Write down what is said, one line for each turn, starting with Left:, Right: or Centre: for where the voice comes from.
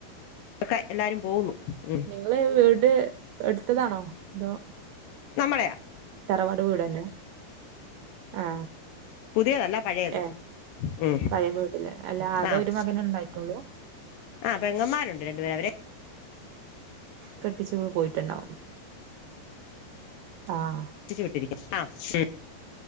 Left: യൊക്കെ എല്ലാരും പോകുന്നു ഉം
Right: ങ്ങളെ വീട് എട്ത്തതാണോ അതോ
Left: നമ്മെളേയാ
Right: തറവാട് വീടന്നെ ആഹ്
Left: പുതിയതല്ല പഴയത്
Right: ഏഹ്
Left: ഉം
Right: പഴയ വീട്ടില് അല്ല ആക
Left: ആഹ്
Right: ഒരു മകനെ ഇണ്ടായിട്ടൊള്ളൂ
Left: ആഹ് പെങ്ങമ്മാരുണ്ട് രണ്ടുപേര് അവരെ
Right: കെട്ടിച്ചു പോയിട്ടുണ്ടാവും ആഹ്
Left: ട്ടിച്ചു വിട്ടിരിക്കും ആഹ് ഉം